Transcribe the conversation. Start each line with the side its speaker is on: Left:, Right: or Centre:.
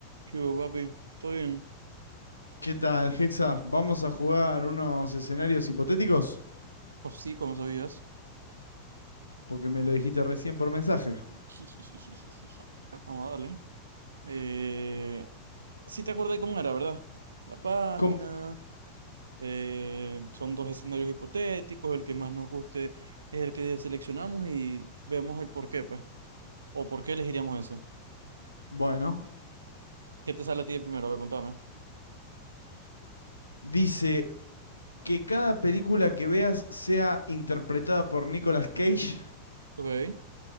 Right: ¿Qué hubo, papi? ¿Todo bien?
Left: ¿Qué tal, Hexa? Vamos a jugar unos escenarios hipotéticos,
Right: Pues sí, como sabías.
Left: porque me lo dijiste recién por mensaje.
Right: <laughs> Vamos a darle. Eh, sí te acordás cómo era, ¿verdad? La página,
Left: ¿Cómo?
Right: eh, son dos escenarios hipotéticos, el que más nos guste es el que seleccionamos y vemos el por qué, pues. O por qué elegiríamos ese.
Left: Bueno,
Right: ¿Qué te sale a ti de primero? A ver, contame.
Left: dice que cada película que veas sea interpretada por Nicolas Cage
Right: Ok.